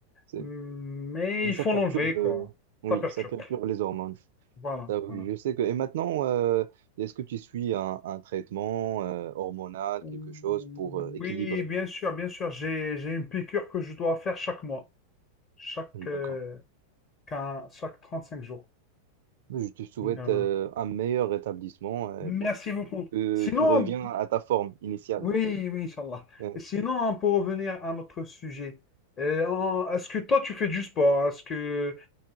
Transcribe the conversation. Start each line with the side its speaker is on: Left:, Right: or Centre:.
Right: C'est...
Left: Mais
Right: Mais
Left: il
Right: ça
Left: faut
Right: perturbe.
Left: l'enlever, quoi.
Right: euh, Oui,
Left: Ça perturbe.
Right: ça perturbe les hormones.
Left: Voilà,
Right: Ah oui,
Left: voilà.
Right: je sais que. Et maintenant, euh, est-ce que tu suis un, un traitement euh, hormonal,
Left: Oui,
Right: quelque chose pour euh, équilibrer?
Left: bien sûr, bien sûr. J'ai, j'ai une piqûre que je dois faire chaque mois, chaque,
Right: D'accord.
Left: euh, quin- chaque cinq jours.
Right: Je te souhaite
Left: Donc, voilà.
Right: euh, un meilleur rétablissement euh,
Left: Merci
Right: pour-
Left: beaucoup.
Right: que
Left: Sinon,
Right: tu reviens à ta forme initiale.
Left: oui,
Right: <laughs>
Left: oui, Inch'Allah.
Right: Euh,
Left: Et sinon, pour revenir à notre sujet, euh, en- est-ce que toi, tu fais du sport? Est-ce que